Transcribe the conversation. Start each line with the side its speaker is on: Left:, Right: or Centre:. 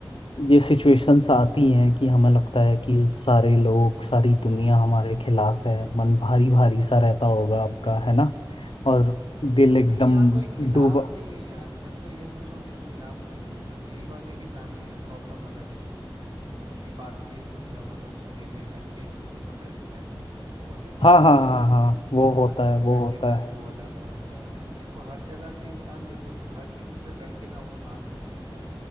Left: ये सिचुएशंस आती हैं कि हमें लगता है कि सारे लोग सारी दुनिया हमारे खिलाफ है मन भारी भारी सा रहता होगा आपका है ना और दिल एकदम
Right: नहीं यहाँ कोई खिलाफ
Left: डूबा
Right: नहीं है यार बस मैं ये सोच रहा हूँ मेरे खिलाफ कोई नहीं है बस यही बात है कि फैमिली में प्रॉब्लम अलग है उनकी बातचीत ज मतलब झमेले घर के तुम्हें तो पता है कि कैसे होते हैं वो अलग है
Left: हाँ
Right: यहाँ
Left: हाँ हाँ हाँ वो
Right: मतलब
Left: होता
Right: गर्लफ्रेंड
Left: है वो
Right: के
Left: होता
Right: साथ
Left: है
Right: वो अलग हो रखा है देखो हर जगह से इंसान देखो हर किसी से लड़के ना वो शांत हो सकता है